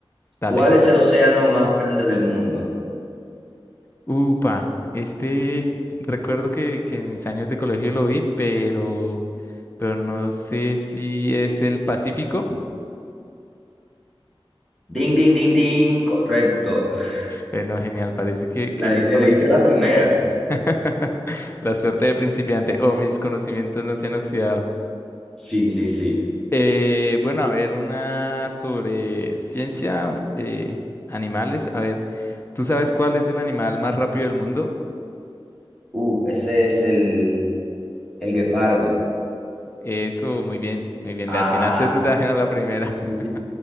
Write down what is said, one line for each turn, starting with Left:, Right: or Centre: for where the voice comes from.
Left: Dale.
Centre: ¿Cuál es el océano más grande del mundo?
Left: Upa, este recuerdo que, que en mis años de colegio lo vi, pero... pero no sé si es el Pacífico.
Centre: Ding, ding, ding, ding. Correcto. <laughs>
Left: Bueno, genial, parece que, que
Centre: La
Left: mis
Centre: diste,
Left: conocí.
Centre: le diste a la primera.
Left: <laughs> La suerte de principiante o mis conocimientos no se han oxidado.
Centre: Sí, sí, sí.
Left: Eh, bueno, a ver, una sobre ciencia, eh, animales. A ver, ¿tú sabes cuál es el animal más rápido del mundo?
Centre: Uh, ese es el, el guepardo.
Left: Eso, muy bien, muy bien.
Centre: Ah.
Left: Le atinaste tú también a la primera. <laughs>
Centre: Sí, sí,